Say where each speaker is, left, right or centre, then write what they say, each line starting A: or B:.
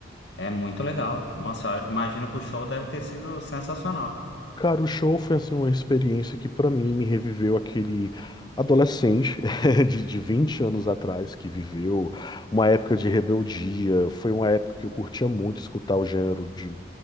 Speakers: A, on the left; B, on the left.
A: É muito legal. Nossa, eu imagino que o show deve ter sido sensacional.
B: Cara, o show foi assim uma experiência que pra mim me reviveu aquele adolescente <laughs> de, de 20 anos atrás que viveu uma época de rebeldia. Foi uma época que eu curtia muito escutar o gênero de